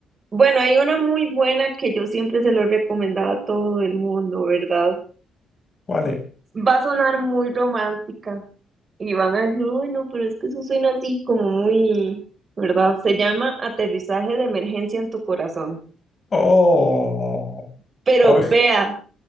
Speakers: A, on the right; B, on the left.
A: bueno, hay una muy buena que yo siempre se lo recomendaba a todo el mundo, ¿verdad?
B: ¿Cuál es?
A: Va a sonar muy romántica y van a decir, uy, no, pero es que eso suena así como muy, ¿verdad? Se llama aterrizaje de emergencia en tu corazón.
B: Oh,
A: Pero
B: a ver.
A: vea,